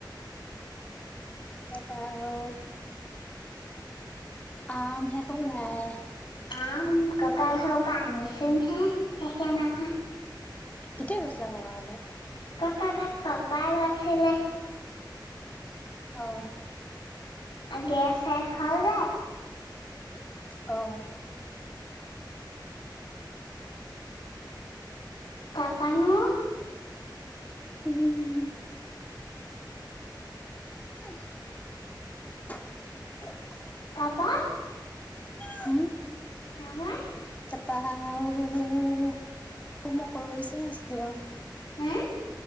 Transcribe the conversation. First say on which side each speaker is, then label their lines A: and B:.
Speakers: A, on the left; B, on the left.
A: তাৰ পৰা আৰু আম শেষ হ'ল নে নাই।
B: আম ককাৰ ঘৰৰ পৰা আনিছোঁ হে শেষে নহয়।
A: কেতিয়া গৈছিলা ককা ঘৰলে?
B: ককা ঘৰত পাপা গৈছিলে।
A: আহঁ
B: গেছ শেষ হ'ল যে
A: অ',
B: তাৰপা নো
A: উম', <unintelligible>
B: তাৰ পা?
A: হম',
B: তাৰ পা?
A: পা হোমৱৰ্ক কৰিব দিছে নে স্কুলত
B: হো